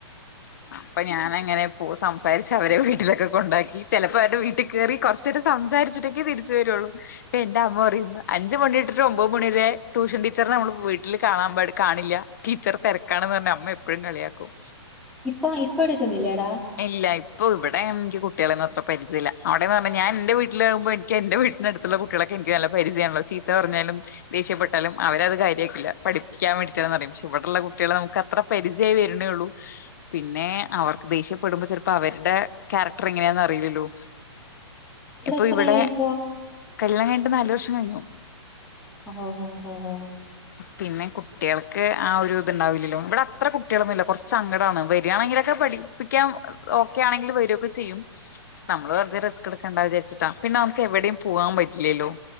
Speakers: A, on the left; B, in the centre.
A: അപ്പ ഞാനങ്ങനെ പോ സംസാരിച്ചവരെ വീട്ടിലൊക്കെ കൊണ്ടാക്കി ചെലപ്പോ അവരുടെ വീട്ടി കേറി കൊറ ഇച്ചിരി സംസാരിച്ചിട്ടൊക്കേ തിരിച്ചു വരുള്ളൂ ഇപ്പ എന്റെ അമ്മ പറയും അഞ്ച് മണി ഇട്ടിട്ട് ഒമ്പത് മണി വരെ ട്യൂഷൻ ടീച്ചറെ നമ്മള് വീട്ടില് കാണില്ല ടീച്ചർ തിരക്കാണെന്ന് പറഞ്ഞ അമ്മ എപ്പോഴും കളിയാക്കും
B: ഇപ്പൊ ഇപ്പ എടുക്കുന്നില്ലേടാ
A: ഇല്ല ഇപ്പൊ ഇവിടെ എനിക്ക് കുട്ടികളെന്ന അത്ര പരിചയില്ല അവിടെന്ന് പറഞ്ഞാ ഞാൻ എന്റെ വീട്ടിലാകുമ്പോ എനിക്ക് എന്റെ വീട്ടിൽ ടെ അടുത്തുള്ള കുട്ട്യളെക്കെ എൻക്ക് നല്ല പരിചയണല്ലോ ചീത്ത പറഞ്ഞാലും. ദേഷ്യപ്പെട്ടാലും അവര അത് കാര്യക്കില്ല പഠിക്കാൻ വേണ്ടിയിട്ടാ അറിയുമ്പോ പക്ഷ ഇവിടെള്ള കുട്ടികളെ ന ഇപ്പം പരിചയി വരുന്നേള്ളൂ പിന്നെ അവർക്ക് ദേഷ്യപ്പെടുമ്പോ ചെൽപ്പവര്ടെ ക്യാരക്ടർ എങ്ങനെയന്ന് അറിയില്ലല്ലോ. ഇപ്പൊ
B: എത്രയായി
A: ഇവിടെ
B: ഇപ്പൊ?
A: കല്യാണം കഴിഞ്ഞിട്ട് നാലു വർഷം കഴിഞ്ഞു
B: ഒഹോഹു ഒഹോഹോ.
A: പിന്നെ കുട്ടികൾക്ക് ആ ഒരു ഇത് ഉണ്ടാവില്ലല്ലോ ഇവിടെ അത്ര കുട്ടികളൊന്നുമില്ല കുറച്ച അങ്ങടാണ് വെ യാണെങ്കിലൊക്കെ പഠിപ്പിക്കാൻ ഓക്കെ ആണെങ്കിൽ വരൊക്കെ ചെയ്യും നമ്മള് വെർതെ റിസ്ക്ട്ക്കണ്ടാ വിചാരിച്ചിട്ടാ പിന്നെ നമുക്ക് എവിടെം പോവാം പറ്റില്ലല്ലോ.